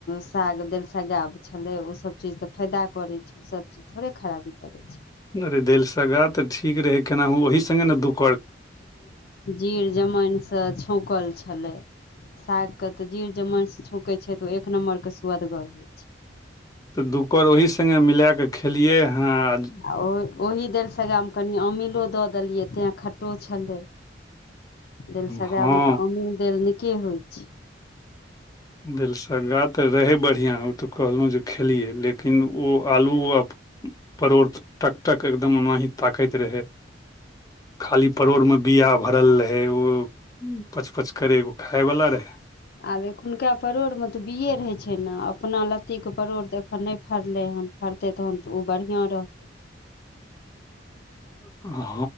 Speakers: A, on the left; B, on the left.
A: साग दालिसग्गा छलै ओसभ चीज तऽ फायदा करै छै ओसभ चीज थोड़े खराबी करै छै
B: अरे दालिसगा तऽ ठीक रहे केनाहु ओहि संगे न दु गो
A: जीर जमाइनसँ छौंकल छै छलै साग के तऽ जीर जमाइन सँ छौकै छै तऽ ओ एक नम्बर के सुअदगर होय छै
B: त दुकर ओहि संगे मिला क खेलियै हं
A: आ ओ ओहि दालिसगामे कनि अमिलो दऽ देलियै तैं खटो छलै दालिसग्गामे
B: हँ
A: तऽ अमील देल नीके होय छै
B: दिलसग्गा तऽ रहै बढ़िआँ ओ तऽ कहलौ जे खेलियै लेकिन ओ आलू आ परोड़ टक टक एकदम ओनाही ताकैत रहै खाली परोड़मे बीया भरल रहै ओ पच पच करे एगो खाय वाला रहे
A: आब एखुनका परोड़मे तऽ बिये रहै छै न अपना लत्तीके परोड़ तऽ एखन नहि फड़लै हन फड़तै तहन तऽ ओ बढ़िआँ रहतै
B: हँ